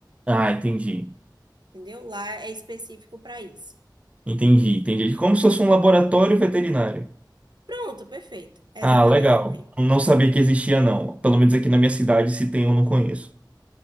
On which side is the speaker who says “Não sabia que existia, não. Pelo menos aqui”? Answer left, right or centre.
Right